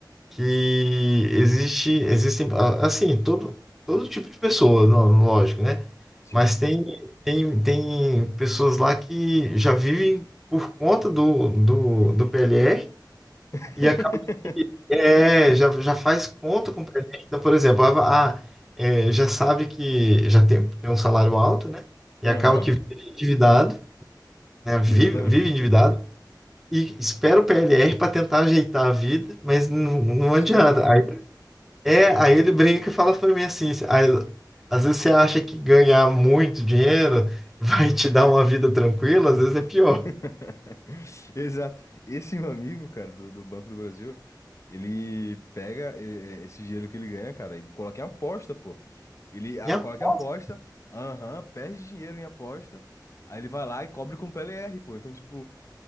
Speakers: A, in the centre; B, on the left.
A: que existe, existem, ah, assim, todo, todo tipo de pessoa, não, lógico, né?
B: sim,
A: Mas
B: sim.
A: tem, tem, tem pessoas lá que já vivem por conta do, do, do PLR
B: <laughs>
A: e acaba, é, já, já faz conta com o PLR. Então, por exemplo, ah, ah, é, já sabe que já tem, tem um salário alto, né? E
B: Aham,
A: acaba que vive endividado, né? Vive,
B: exatamente.
A: vive endividado e espera o PLR para tentar ajeitar a vida, mas não, não
B: Sim.
A: adianta. É, aí ele brinca e fala pra mim assim, aí, às vezes você acha que ganhar muito dinheiro <laughs> vai te dar uma vida tranquila, às vezes é
B: <laughs>
A: pior.
B: Exato. Esse meu amigo, cara, do, do Banco do Brasil, ele pega eh, eh, esse dinheiro que ele ganha, cara, e coloca em aposta, pô. Ele ah,
A: E aposta,
B: coloca em aposta, aham, perde dinheiro em aposta, aí ele vai lá e cobre com o PLR, pô. Então, tipo,